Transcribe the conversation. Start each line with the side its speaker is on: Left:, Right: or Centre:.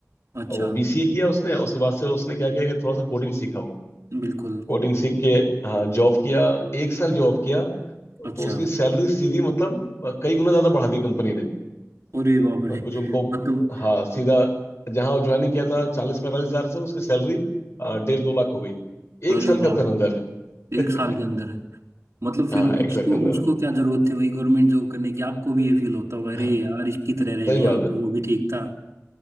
Right: अच्छा
Left: और वो बीसीए किया उसने उसके बाद से उसने क्या किया कि थोड़ा सा कोडिंग सीखा वो
Right: बिल्कुल
Left: कोडिंग सीख के हाँ जॉब किया एक साल जॉब किया तो
Right: अच्छा
Left: उसकी सैलरी सीधी मतलब अ, कई गुना ज्यादा बढ़ा दी कंपनी ने
Right: अरे बाप रे
Left: अ, कुछ उनको
Right: मतलब
Left: हाँ सीधा जहाँ ज्वाइनिंग किया था चालीस पैंतालीस हजार से उसकी सैलरी अ, डेढ़ दो लाख हो गई
Right: अरे
Left: एक साल
Right: वाह
Left: के अंदर अंदर
Right: एक साल के
Left: <laughs>
Right: अंदर मतलब फिर
Left: हाँ
Right: उसको
Left: एक साल के अंदर
Right: उसको क्या जरूरत थी वही गवर्नमेंट जॉब करने की आपको भी ये फील होता होगा अरे
Left: हाँ,
Right: यार इसकी तरह रह
Left: सही
Right: लिया
Left: बात
Right: होता
Left: है
Right: वो भी ठीक था